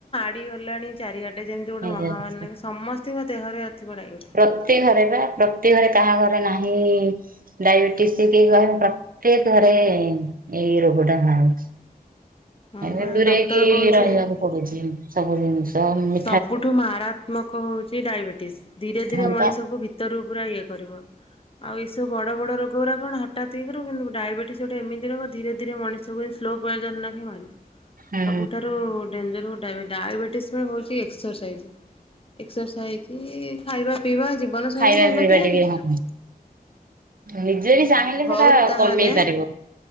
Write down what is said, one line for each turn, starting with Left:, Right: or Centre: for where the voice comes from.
Left: ମାତି ଗଲାଣି ଚାରିଆଡ଼େ, ଯେମିତି ଗୋଟେ
Right: ହେଇଯାଇଛି।
Left: ମହାମାରି ନାହିଁକି ସମସ୍ତିଙ୍କ ଦେହରେ ଅ ଥିବ ଡାଇବେଟି
Right: ପ୍ରତି ଘରେ ପା, ପ୍ରତି ଘରେ କାହା ଘରେ ନାହିଁ ଡାଇବେଟିସ୍ ସେ କେହି କହିବେ ପ୍ରତ୍ୟେକ ଘରେ ଇଁ ଏଇ ରୋଗଟା ହଉଚି।
Left: ହଁ
Right: ଏବେ
Left: ବା
Right: ଦୂରେଇକି
Left: ଡକ୍ଟର କହୁଛି
Right: ରହିବାକୁ ପଡୁଛି ସବୁ ଜିନିଷ, ମି
Left: ସବୁଠୁ ମାରାତ୍ମକ ହଉଚି ଡାଇବେଟିସ୍, ଧୀରେ ଧୀରେ
Right: ହଁ
Left: ମଣିଷକୁ
Right: ପା
Left: ଭି ଭିତରୁ ପୁରା ଇଏ କରିବ। ଆଉ ଏସବୁ ବଡ଼ ବଡ଼ ରୋଗ ଗୁରା କଣ ହଠାତ୍ ଇଏ କରିବ କିନ୍ତୁ ଡାଇବେଟିସ୍ ଗୋଟେ ଏମିତି ରୋଗ ଧୀରେ ଧୀରେ ମଣିଷକୁ ସ୍ଲୋ ପଏଜନ୍ ନାଖେ ମାରୁ,
Right: ହୁଁ
Left: ସବୁଠାରୁ ଡେଞ୍ଜର ହୁ ଡ଼ାଇବେ ଡ଼ାଇବେଟିସ୍ <unintelligible> ହଉଚି ଏକ୍ସରସାଇଜ, ଏକ୍ସରସାଇଜ ଖାଇବା ପିଇବା ଜି ଜୀବନ ଶୈଳୀ
Right: ଖାଇବା
Left: ଭଲ
Right: ପିଇବା
Left: ଥିଲେ
Right: ଟିକେ
Left: କିଛି
Right: ହଁ
Left: ହବନି।
Right: ନିଜେ ବି
Left: ଉଁ
Right: ଚାହିଁଲେ
Left: ହଉ, ହଉ
Right: ସେଟା
Left: ତାହେଲେ,
Right: କମେଇ ପାରିବ